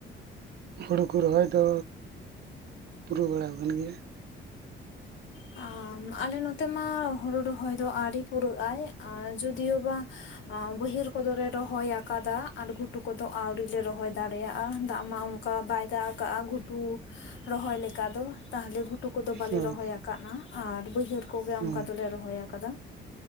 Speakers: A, on the right (about 55°); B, on the left (about 70°).
A: ᱦᱩᱲᱩ ᱠᱚ ᱨᱚᱦᱚᱭ ᱫᱚ ᱯᱩᱨᱟᱹᱣ ᱵᱟᱲᱟᱣᱟᱠᱟᱱ ᱜᱮᱭᱟ᱾
B: ᱟᱢ ᱟᱞᱮ ᱱᱚᱛᱮ ᱢᱟ ᱦᱩᱲᱩ ᱨᱚᱦᱚᱭ ᱫᱚ ᱟᱹᱣᱨᱤ ᱯᱩᱨᱟᱹᱜ-ᱟᱭ ᱟᱨ ᱡᱩᱫᱤ ᱡᱚᱫᱤᱭᱳᱵᱟ ᱵᱟᱹᱭᱦᱟᱹᱨ ᱠᱚᱫᱚᱞᱮ ᱨᱚᱦᱚᱭ ᱟᱠᱟᱫᱟ ᱾ ᱟᱨ ᱜᱷᱩᱴᱩ ᱠᱚᱫᱚ ᱟᱹᱣᱨᱤ ᱞᱮ ᱨᱚᱦᱚᱭ ᱫᱟᱲᱮᱭᱟᱜᱼᱟ ᱫᱟᱜ ᱢᱟ ᱚᱱᱠᱟ ᱵᱟᱭ ᱫᱟᱜ ᱟᱠᱟᱜᱼᱟ ᱜᱷᱩᱴᱩ ᱨᱚᱦᱚᱭ ᱞᱮᱠᱟ ᱫᱚ ᱛᱟᱦᱚᱞᱮ ᱼᱼ ᱴᱩᱠᱩᱱ ᱠᱚ ᱫᱚ ᱵᱟᱞᱮ
A: ᱦᱳᱭ
B: ᱨᱚᱦᱚᱭ ᱟᱠᱟᱫᱟ ᱟᱨ ᱵᱟᱹᱭᱦᱟᱹᱲ ᱠᱚᱜᱮ
A: ᱦᱳᱭ
B: ᱚᱱᱠᱟ ᱫᱚᱞᱮ ᱨᱚᱦᱚᱭ ᱟᱠᱟᱫᱟ ᱾